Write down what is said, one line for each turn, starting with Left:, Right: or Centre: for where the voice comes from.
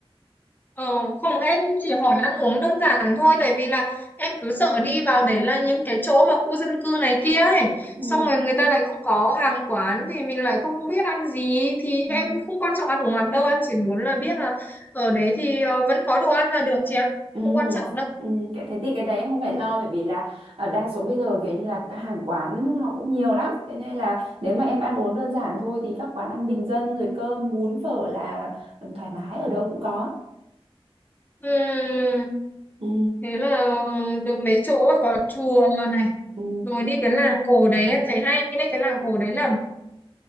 Left: ờ, không em chỉ hỏi ăn uống đơn giản thôi Tại vì là em cứ sợ đi vào để là những cái chỗ mà khu dân cư này kia ấy
Right: Ừ.
Left: Xong rồi người ta lại không có hàng quán Thì mình lại không biết ăn gì Thì
Right: Ừ.
Left: em không quan trọng ăn uống lắm đâu Em chỉ muốn là biết là ở đấy thì ờ, vẫn có đồ ăn là được chị ạ
Right: Ừ,
Left: Không quan trọng đâu
Right: ừ, cái thế thì cái đấy em không phải lo bởi vì là ờ, đa số bây giờ kiểu như là các hàng quán họ cũng nhiều lắm thế nên là nếu mà em ăn uống đơn giản thôi thì các quán ăn bình dân rồi cơm bún phở là thoải mái ở đâu cũng có
Left: Ừm
Right: ừ
Left: thế là được mấy chỗ ấy, có chùa này
Right: ừ
Left: rồi đi cái làng cổ đấy em thấy hay đấy cái làng cổ đấy là